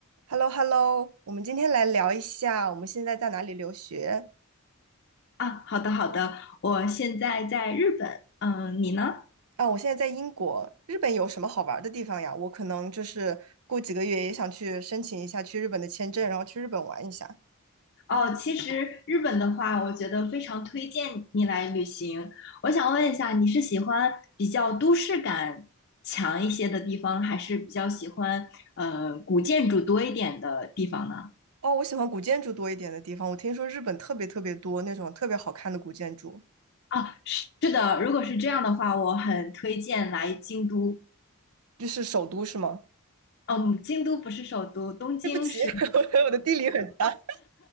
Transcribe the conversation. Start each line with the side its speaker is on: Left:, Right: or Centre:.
Right: h e l l o h e l l o 我们今天来聊一下我们现在在哪里留学
Left: 啊，好的好的，我现在在日本，嗯，你呢？
Right: 啊？我现在在英国，日本有什么好玩的地方呀？我可能就是过几个月也想去申请一下去日本的签证，然后去日本玩一下。
Left: 哦，其实日本的话，我觉得非常推荐你来旅行。我想问一下，你是喜欢比较都市感强一些的地方，还是比较喜欢呃古建筑多一点的地方呢？
Right: 哦，我喜欢古建筑多一点的地方，我听说日本特别特别多那种特别好看的古建筑，
Left: 啊，是是的，如果是这样的话，我很推荐来京都。
Right: 就是首都是吗？
Left: 哦嗯，京都不是首都，
Right: <laughs>
Left: 东京是。
Right: 对不起，<laughs> 我的地理很差。